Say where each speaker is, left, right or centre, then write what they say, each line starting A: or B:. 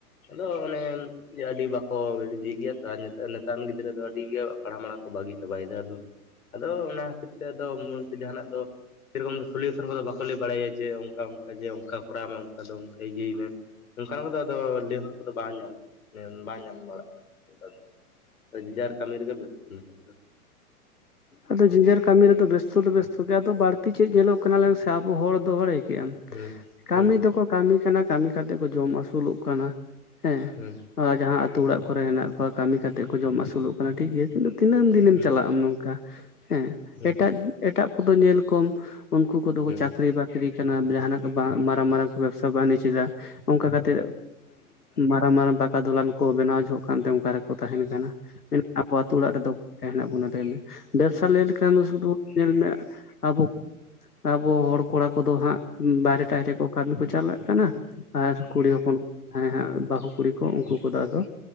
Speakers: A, on the left; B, on the left.
A: ᱟᱫᱚ ᱚᱱᱮᱢ ᱡᱮ ᱟᱹᱰᱤ ᱵᱟᱠᱚ ᱡᱤᱜᱮᱭᱟᱥᱟ ᱱᱮᱛᱟ ᱱᱮᱛᱟᱨ ᱨᱮᱱ ᱜᱤᱫᱽᱨᱟᱹ ᱫᱚ ᱟᱹᱰᱤ ᱜᱮ ᱯᱟᱲᱟ ᱢᱟᱲᱟ ᱠᱚ ᱵᱟᱹᱜᱤ ᱪᱟᱵᱟᱭᱮᱫᱟ ᱟᱫᱚ ᱟᱫᱚ ᱚᱱᱟ ᱦᱚᱛᱮ ᱛᱮᱫᱚ ᱢᱩᱲᱩᱛ ᱡᱟᱦᱟᱸᱱᱟᱜ ᱫᱚ ᱥᱮᱨᱚᱠᱚᱢ ᱫᱚ ᱥᱚᱞᱤᱭᱩᱥᱚᱱ ᱠᱚᱫᱚ ᱵᱟᱠᱚ ᱞᱟᱹᱭ ᱵᱟᱲᱟᱭᱟ ᱡᱮ ᱚᱱᱠᱟ ᱚᱱᱠᱟ ᱡᱮ ᱚᱱᱠᱟ ᱠᱚᱨᱟᱣ ᱢᱮ ᱚᱱᱠᱟ ᱫᱚ ᱚᱱᱠᱟ ᱤᱭᱟᱹᱭ ᱢᱮ ᱚᱱᱠᱟᱱ ᱠᱚᱫᱚ ᱟᱫᱚ ᱞᱟᱹᱭ ᱦᱚᱲ ᱠᱚᱫᱚ ᱵᱟᱝ ᱧᱟᱢ ᱵᱟᱝ ᱧᱟᱢ ᱵᱟᱲᱟᱜ ᱫᱚ ᱚᱱᱠᱟ ᱫᱚ ᱾ ᱡᱮ ᱡᱟᱨ ᱠᱟᱹᱢᱤ ᱨᱮᱜᱮ ᱵᱮᱥᱛᱷᱚ ᱱᱮᱛᱟᱨ ᱫᱚ ᱾
B: ᱟᱫᱚ ᱡᱮ ᱡᱟᱨ ᱠᱟᱹᱢᱤ ᱨᱮᱫᱚ ᱵᱮᱥᱛᱚ ᱫᱚ ᱵᱮᱥᱛᱚ ᱜᱮ ᱟᱫᱚ ᱵᱟᱹᱲᱛᱤ ᱪᱮᱫ ᱧᱮᱞᱚᱜ ᱠᱟᱱᱟ ᱞᱟᱹᱭ ᱢᱮᱥᱮ? ᱟᱵᱚ ᱦᱚᱲ ᱫᱚ ᱵᱟᱲᱟᱹᱭ ᱠᱮᱜᱼᱟᱢ
A: ᱦᱩᱸ
B: ᱠᱟᱹᱢᱤ
A: ᱦᱩᱸ
B: ᱫᱚᱠᱚ ᱠᱟᱹᱢᱤ ᱠᱟᱱᱟ ᱠᱟᱹᱢᱤ ᱠᱟᱛᱮᱜ ᱠᱚ ᱡᱚᱢ ᱟᱹᱥᱩᱞᱚᱜ ᱠᱟᱱᱟ ᱦᱮᱸ ᱾
A: ᱦᱮᱸ ᱾
B: ᱡᱟᱦᱟᱸ ᱟᱛᱳ ᱚᱲᱟᱜ ᱠᱚᱨᱮ ᱦᱮᱱᱟᱜ ᱠᱚ ᱠᱟᱹᱢᱤ ᱠᱟᱛᱮᱫ ᱠᱚ ᱡᱚᱢ ᱟᱹᱥᱩᱞᱚᱜ ᱠᱟᱱᱟ ᱴᱷᱤᱠᱜᱮ ᱠᱤᱱᱛᱩ ᱛᱤᱱᱟᱹᱢ ᱫᱤᱱᱮᱢ
A: ᱦᱩᱸ
B: ᱪᱟᱞᱟᱜ ᱟᱢ ᱱᱚᱝᱠᱟ ᱦᱮᱸ
A: ᱦᱩᱸ
B: ᱮᱴᱟᱜ ᱮᱴᱟᱜ ᱠᱚᱫᱚ ᱧᱮᱞ ᱠᱚᱢ ᱩᱱᱠᱩ ᱠᱚᱫᱚ ᱠᱚ
A: ᱦᱩᱸ
B: ᱪᱟᱹᱠᱨᱤ ᱵᱟᱹᱠᱨᱤ ᱠᱟᱱᱟ ᱡᱟᱦᱟᱱᱟᱜ ᱵᱟ ᱢᱟᱨᱟᱝ ᱢᱟᱨᱟᱝ ᱠᱚ ᱵᱮᱵᱽᱥᱟ ᱵᱟᱱᱤᱡ ᱮᱫᱟ᱾ ᱚᱱᱠᱟ ᱠᱟᱛᱮᱜ ᱢᱟᱨᱟᱝ ᱢᱟᱨᱟᱝ ᱯᱟᱠᱟ ᱫᱚᱞᱟᱱ ᱠᱚ ᱵᱮᱱᱟᱣ ᱡᱚᱦᱚᱜ ᱠᱟᱱᱛᱮ ᱚᱱᱠᱟ ᱨᱮᱠᱚ ᱛᱟᱦᱮᱱ ᱠᱟᱱᱟ᱾ ᱢᱮᱱ ᱟᱵᱚ ᱟᱛᱩ ᱚᱲᱟᱜ ᱨᱮᱫᱚ ᱚ ᱦᱮᱱᱟᱜ ᱵᱚᱱᱟ ᱞᱟᱹᱭ ᱵᱮᱵᱽᱥᱟ ᱞᱟᱹᱭ ᱞᱮᱠᱷᱟᱱ ᱫᱚ ᱥᱩᱫᱩ ᱧᱮᱞ ᱢᱮ ᱟᱵᱚ ᱟᱵᱚ ᱦᱚᱲ ᱠᱚᱲᱟ ᱠᱚᱫᱚ ᱦᱟᱸᱜ ᱵᱟᱦᱨᱮ ᱴᱟᱦᱨᱮ ᱠᱚ ᱠᱟᱹᱢᱤ ᱠᱚ ᱪᱟᱞᱟᱜ ᱠᱟᱱᱟ᱾ ᱟᱨ ᱠᱩᱲᱤ ᱦᱚᱯᱚᱱ ᱡᱟᱦᱟᱸᱭ ᱦᱟᱸᱜ ᱵᱟᱹᱦᱩ ᱠᱩᱲᱤ ᱠᱚ ᱩᱱᱠᱩ ᱠᱚᱫᱚ ᱟᱫᱚ